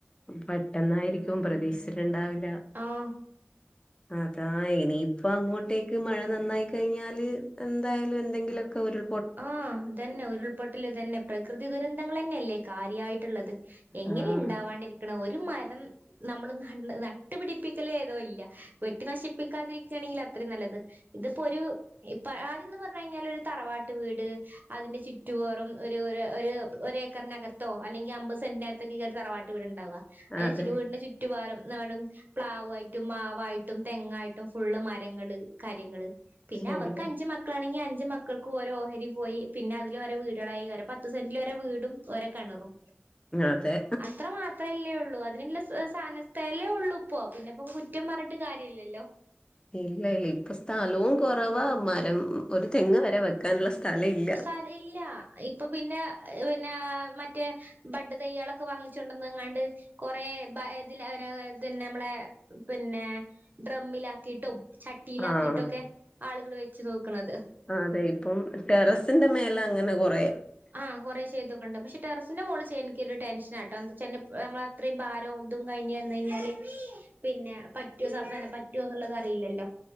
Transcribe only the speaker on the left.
പെട്ടെന്നായിരിക്കും പ്രതീക്ഷിച്ചിട്ടുണ്ടാവില്ല
അതാ ഇനിയിപ്പ അങ്ങോട്ടേക്ക് മഴ നന്നായി കഴിഞ്ഞാല് എന്തായാലും എന്തെങ്കിലുമൊക്കെ ഒരു
ആഹ്
അതെ
ശരിയാ
അതെ
ഇല്ല ഇല്ല ഇപ്പൊ സ്ഥലവും കുറവാ മരം ഒരു തെങ്ങ് വരെ വക്കാ ക്കാനുള്ള സ്ഥലം ഇല്ല
ആഹ്
അതെ ഇപ്പം ടെറസിന്റെ മേലെ അങ്ങനെ കൊറേ